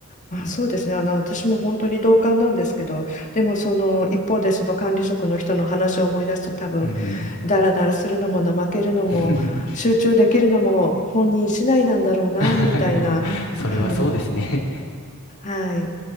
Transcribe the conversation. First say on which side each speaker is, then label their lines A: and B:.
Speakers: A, on the left (about 35°); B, on the left (about 70°).
A: まあ、そうですね。あの、私も本当に同感なんですけど、でもその一方でその管理職の人の話を思い出すと多分、
B: うんうんうん。
A: ダラダラするのも怠けるのも集中できるのも本人次第なんだろうな、
B: <laughs>
A: みたいな。
B: <laughs> でも、それはそうですね。
A: はい。はい。